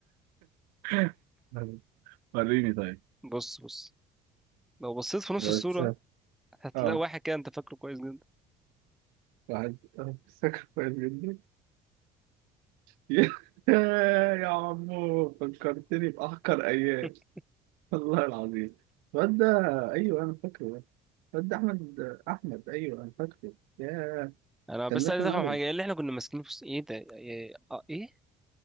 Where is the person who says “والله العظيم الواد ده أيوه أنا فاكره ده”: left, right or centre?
Right